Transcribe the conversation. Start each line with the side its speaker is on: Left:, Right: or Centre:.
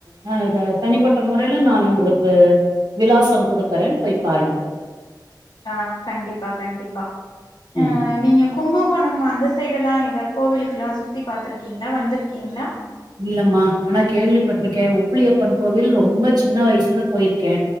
Right: நான் தனிப்பட்ட முறையில நானு உங்களுக்கு விலாசம் கொடுக்குறே போய் பாருங்க
Left: ஆஹ கண்டிப்பா கண்டிப்பா
Right: ம்
Left: அஹ நீங்க கும்ப இப்ப நம்ம அந்த சைடு எல்லாம் ஏதா கோவிலுக்கு எல்லாம் சுத்தி பாாரத்துருக்கீங்களா வந்திருக்கீங்களா
Right: இல்லம்மா ஆனா கேள்விப்பட்டிருக்கே உப்புளியப்பன் கோவில் ரொம்ப சின்ன வயசுல போயிருக்கே